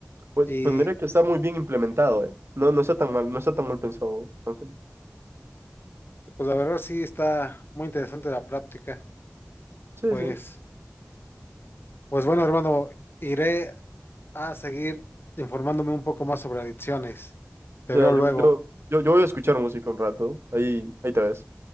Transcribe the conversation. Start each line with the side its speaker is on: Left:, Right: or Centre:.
Right: Pues,
Left: Y
Right: pues mira que está muy bien implementado, ¿eh? No, no está tan mal, no está tan mal pensado, Ángel.
Left: pues la verdad sí está muy interesante la práctica.
Right: Sí,
Left: Pues,
Right: sí.
Left: pues bueno, hermano, iré a seguir informándome un poco más sobre adicciones. Te
Right: Ya,
Left: veo luego.
Right: yo, yo, yo, yo voy a escuchar música un rato. Ahí, ahí te ves.